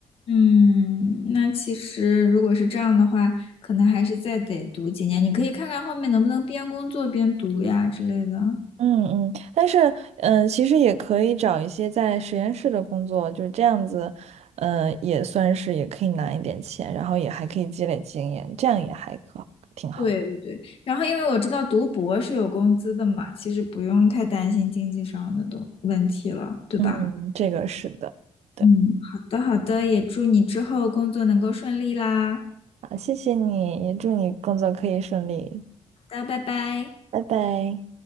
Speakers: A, on the left; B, on the right.
A: 嗯，那其实如果是这样的话，可能还是再得读几年。你可以看看后面能不能边工作边读呀之类的。
B: 嗯嗯，但是嗯、呃其实也可以找一些在实验室的工作，就是这样子，嗯，也算是也可以拿一点钱，然后也还可以积累经验，这样也还可挺好的。
A: 对对对，然后因为我知道读博是有工资的嘛，其实不用太担心经济上的东问题了，对吧？
B: 嗯，这个是的，对，
A: 嗯，好的好的，也祝你之后工作能够顺利啦。
B: 好，谢谢你，也祝你工作可以顺利，
A: 好的，拜拜。
B: 拜拜。